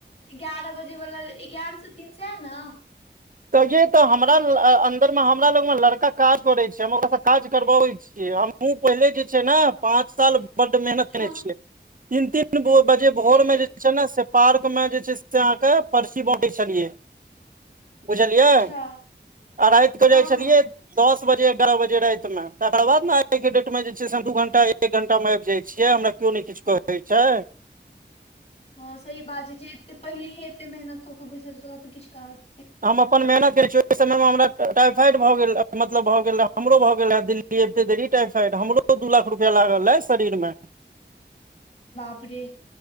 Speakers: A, on the left (about 35°); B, on the right (about 45°).
A: ग्यारह बजे बला एगारह से तीन सेएह नऽ।
B: कहियै तऽ हमरा ल -अन्दर मे हमरा लग म लड़का काज करै छै हम ओकरा सँ काज करबऽबै छी। हमहुॅं पहिले जे छै ने पाँच साल बड्ड मेहनत
A: हँ
B: केने छियै तीन तीन बो- बजे भोर
A: ताहिके
B: मे जे छै ने से पार्क में जे छै से अहाँ के पर्ची बॅंटै छलियै। बुझलियैह
A: अच्छा
B: आ राति कऽ
A: हँ
B: जाइ छलियै
A: हँ
B: दस बजे एगारह बजे राइत मे तकर बाद ने आइके डेट मे जे छै से हम दू घंटा एक एक घंटा मे आबि जाइ छियै हमरा केयो ने किछ कहै छै।
A: हँ सही बात छै जे एत्ते पहिले हे एत्ते मेहनत कऽ कऽ बैसल छै ओका तऽ किछ काज
B: हम अपन मेहनत केने छी ओ एइ समय मे हमरा टाइफाइड भऽ गेल रह मतलब भऽ गेल रहे हमरो भऽ गेल रहेए दिल्ली अबिते देरी टाइफाइड हमरो दू लाख रुपया लागल अइ शरीर मे।
A: बाप रे।